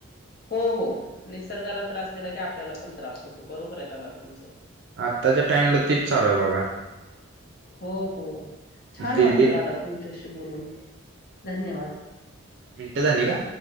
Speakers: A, on the left; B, on the right.
A: हो हो निसर्गाला त्रास दिला की आपल्याला पण त्रास होतो बरोबर आहे दादा तुमचं.
B: आत्ताच्या टाइमला तीच चालूय बघा.
A: हो हो छान
B: दिल्लीत
A: वाटलं दादा तुमच्याशी बोलून धन्यवाद.
B: मिनटं झाली का?